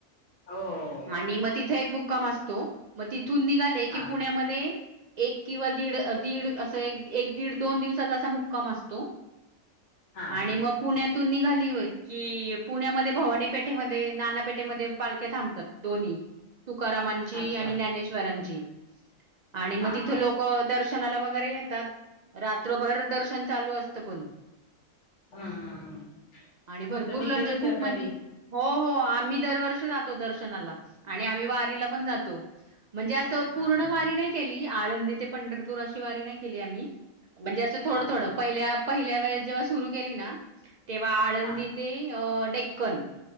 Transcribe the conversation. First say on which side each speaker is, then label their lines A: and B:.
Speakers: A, on the left; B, on the right.
A: हो हो
B: आणि मग तिथे एक मुक्काम असतो. मग तिथ तिथून निघाले
A: हा
B: की पुण्यामध्ये, एक किंवा दीड अ दीड असं, एक, एक दीड- दोन दिवसाचा असा मुक्काम असतो.
A: हा
B: आणि
A: हा
B: मग पुण्यातून निघाली होय की, पुण्यामध्ये भवानी पेठेमध्ये, नाना पेठेमध्ये पालख्या थांबतात दोन्ही. तुकारामांची
A: अच्छा
B: आणि ज्ञानेश्वरांची. आणि मग
A: हा
B: तिथ
A: हा
B: लोकं दर्श दर्शनाला वगैरे येतात. रात्रभर दर्शन चालू असत पण.
A: हम्म हम्म हम्म
B: आणि भरपूर
A: तुम्ही
B: लॉन्ज
A: गेलेत
B: हे खूप
A: का कधी
B: म्हणजे, हो, हो आत आम्ही दरवर्षी जातो दर्शनाला. आणि आम्ही वारीला पण जातो. म्हणजे असं, पूर्ण
A: हा हा
B: वारी नाही केली. आळंदी ते पंढरपूर अ वारी नाही केली आम्ही. म्हणजे असं थोडं
A: हा हा
B: -थोडं. पहिल्या, पहिल्या वेळ जेव्हा सुरू केली ना, तेव्हा आळंदी
A: हा
B: ते अ डेक्कन,